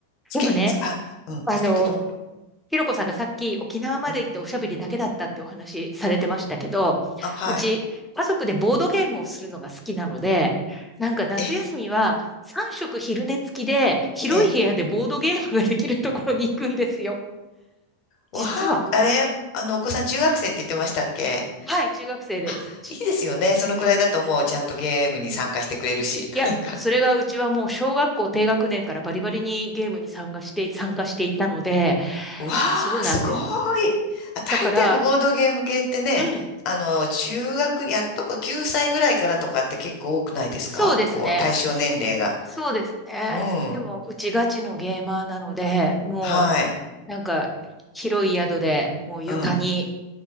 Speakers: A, on the left (about 40°); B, in the centre.
A: つけ、
B: でもね、
A: つけ、あ、うん、
B: あの、
A: つけてど
B: ひろこさんがさっき沖縄まで行っておしゃべりだけだったってお話されてましたけど、
A: う、うん。あ、はい。
B: うち家族でボードゲームをするのが好きなので、なんか夏休みは3食昼寝付きで広い部屋でボードゲームができるところに行くんですよ。
A: え、ええ、
B: 実は。
A: わあ、あれ、あの、お子さん中学生って言ってましたっけ
B: はい、中学生です。
A: あ、
B: ち
A: いいですよね。そのくらいだともうちゃんとゲームに参加してくれるし。<laughs>
B: いや、それがうちはもう小学校低学年からバリバリにゲームに参加して、参加していたので、
A: わ
B: そうなんです。
A: あ、すごい。あ、大抵あのボードゲーム系ってね、
B: だから、うん。
A: あの、中学、やっとこ9歳ぐらいからとかって結構多くないですかこう、
B: そうですね。
A: 対象年齢が。
B: そうですね。
A: うん。
B: でも、うちガチのゲーマーなので、も
A: はい。
B: う、なんか、広い宿で、もう床に
A: うん。